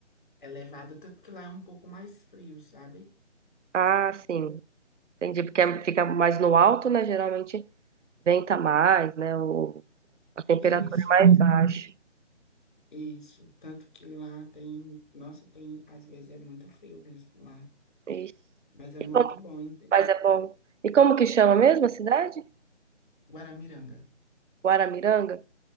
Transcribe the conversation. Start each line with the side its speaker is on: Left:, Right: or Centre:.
Left: elevada, tanto que lá é um pouco mais frio, sabe?
Right: Ah, sim. Entendi, porque é- fica mais no alto, né? Geralmente venta mais, né? O, a temperatura
Left: Isso, e-
Right: é mais baixa.
Left: isso, tanto que lá tem, nossa, tem, às vezes é muito frio mesmo lá,
Right: Ixi.
Left: mas é
Right: E
Left: muito
Right: como...
Left: bom, hein? Tem
Right: Mas é bom. E como que chama mesmo a cidade?
Left: Guaramiranga.
Right: Guaramiranga?